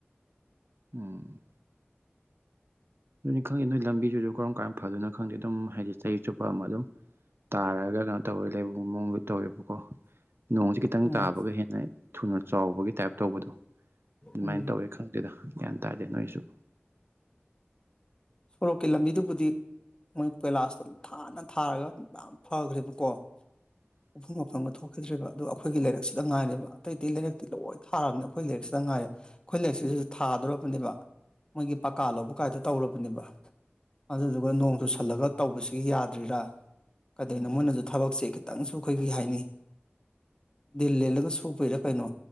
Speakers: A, on the right (about 70°); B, on the left (about 20°).
A: ꯎꯝ ꯑꯗꯨꯅꯤ ꯈꯪꯗꯦ ꯅꯣꯏ ꯂꯝꯕꯤꯁꯤꯁꯨ ꯀꯔꯝ ꯀꯥꯟꯗ ꯐꯗꯨꯢꯅꯣ ꯈꯪꯗꯦ ꯑꯗꯨꯝ ꯍꯥꯏꯗꯤ ꯆꯍꯤ ꯆꯨꯞꯄ ꯑꯃ ꯑꯗꯨꯝ ꯇꯥꯔꯛꯑꯒ ꯀꯩꯅꯣ ꯇꯧꯋꯦ ꯂꯩꯕ ꯃꯑꯣꯡꯗ ꯇꯧꯋꯦꯕꯀꯣ ꯅꯣꯡꯁꯦ ꯈꯤꯇꯪ
B: ꯎꯝ
A: ꯇꯥꯕꯒ ꯍꯦꯟꯅ ꯊꯨꯅ ꯆꯥꯎꯕꯒꯤ ꯇꯥꯏꯞ ꯇꯧꯕꯗꯣ ꯑꯗꯨꯃꯥꯏꯅ
B: ꯎꯝ
A: ꯇꯧꯋꯦ ꯈꯪꯗꯦꯗ ꯒ꯭ꯌꯥꯟ ꯇꯥꯗꯦ ꯅꯣꯏꯁꯨ
B: ꯁꯣꯔꯣꯛꯀꯤ ꯂꯝꯕꯤꯗꯨꯕꯨꯗꯤ ꯃꯣꯏ ꯀꯣꯏꯂꯥꯁꯇꯣ ꯊꯥꯅ ꯊꯥꯔꯒ ꯌꯥꯝ ꯐꯈ꯭ꯔꯦꯕꯀꯣ
A: <unintelligible>
B: ꯃꯐꯝ ꯃꯐꯝꯒ ꯊꯣꯛꯈꯤꯗ꯭ꯔꯔꯤꯕꯕ ꯑꯗꯨꯣ ꯑꯩꯈꯣꯏꯒꯤ ꯂꯩꯥꯏꯛꯁꯤꯗ ꯉꯥꯏꯔꯦꯕ ꯑꯇꯩ ꯑꯇꯩ ꯂꯩꯥꯏꯔꯛꯇꯤ ꯂꯣꯏ ꯊꯥꯔꯕꯅꯤ ꯑꯩꯈꯣꯏ ꯂꯥꯏꯔꯛꯁꯤꯗ ꯉꯥꯏꯔꯦ ꯑꯩꯈꯣꯏ ꯂꯩꯔꯛꯁꯤꯗꯁꯨ ꯊꯥꯗꯣꯔꯕꯅꯦꯕ ꯃꯣꯏꯒꯤ ꯄꯥꯀꯥ ꯂꯧꯕ ꯀꯥꯏꯗ ꯇꯧꯔꯕꯅꯦꯕ ꯑꯗꯨꯗꯨꯒ ꯅꯣꯡꯗꯨꯨ ꯁꯜꯂꯒ ꯇꯧꯕꯁꯤꯒꯤ ꯌꯥꯗ꯭ꯔꯤꯔꯥ ꯑꯗꯥ ꯃꯣꯏꯅꯁꯨ ꯊꯕꯛꯁꯦ ꯈꯤꯇꯪꯁꯨ ꯑꯩꯈꯣꯏꯒꯤ ꯀꯩ ꯍꯥꯏꯅꯤ ꯗꯤꯜ ꯂꯦꯜꯂꯒ ꯁꯨꯕꯩꯔꯥ ꯀꯩꯅꯣ